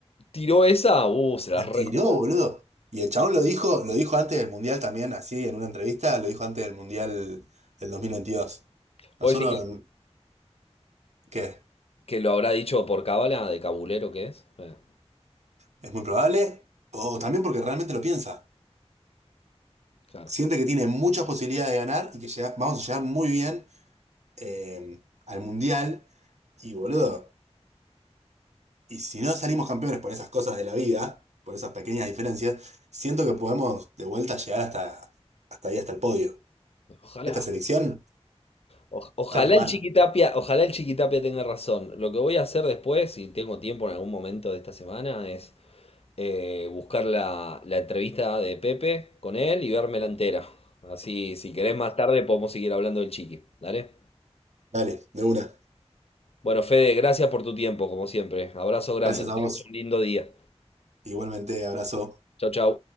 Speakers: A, on the left; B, on the right.
A: tiró esa, uh, se la
B: La
A: rejugó.
B: tiró, boludo. Y el chabón lo dijo, lo dijo antes del Mundial también, así, en una entrevista, lo dijo antes del Mundial del 2022.
A: ¿Puedo
B: Nosotros,
A: decir que,
B: ¿qué?
A: que lo habrá dicho por cábala, de cabulero que es? Eh,
B: ¿Es muy probable? O también porque realmente lo piensa.
A: claro.
B: siente que tiene muchas posibilidades de ganar y que llega- vamos a llegar muy bien eh, al Mundial. Y boludo, y si no salimos campeones por esas cosas de la vida, por esas pequeñas diferencias, siento que podemos de vuelta llegar hasta, hasta ahí, hasta el podio.
A: Ojalá.
B: Esta selección,
A: O- ojalá
B: hermano,
A: el Chiquitapia, ojalá el Chiquitapia tenga razón. Lo que voy a hacer después, si tengo tiempo en algún momento de esta semana, es eh, buscar la, la entrevista de Pepe con él y vermela entera. Así, si querés más tarde podemos seguir hablando del chiqui. ¿Dale?
B: dale, de una.
A: Bueno, Fede, gracias por tu tiempo, como siempre. Abrazo grande,
B: Gracias
A: que
B: a
A: tengas
B: vos.
A: un lindo día.
B: Igualmente, abrazo.
A: Chau, chau.